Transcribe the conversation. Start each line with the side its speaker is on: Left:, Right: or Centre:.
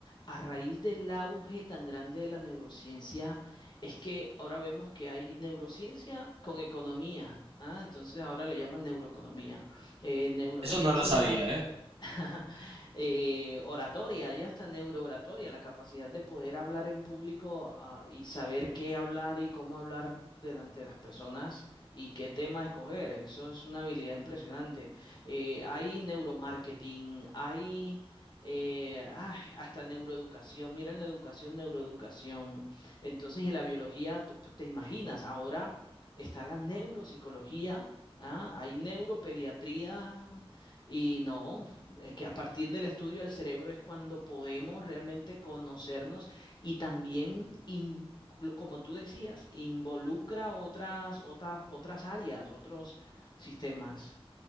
Left: a raíz del auge tan grande de la neurociencia, es que ahora vemos que hay neurociencia con economía, ¿ah? Entonces ahora le llaman neuroeconomía. Eh, neurociencia
Right: Eso no lo sabía, ¿eh?
Left: <laughs> Eh, oratoria, ya hasta neurooratoria, la capacidad de poder hablar en público, ah, y saber qué hablar y cómo hablar delante de las personas y qué tema escoger. Eso es una habilidad impresionante. Eh, hay neuromarketing, hay eh, ay, hasta neuroeducación. Miren la educación, neuroeducación. Entonces, y la biología, t- te imaginas, ahora está la neuropsicología. ah, Hay neuropediatría y no, es que a partir del estudio del cerebro es cuando podemos realmente conocernos y también, in- lo- como tú decías, involucra otras, otras, otras áreas, otros sistemas.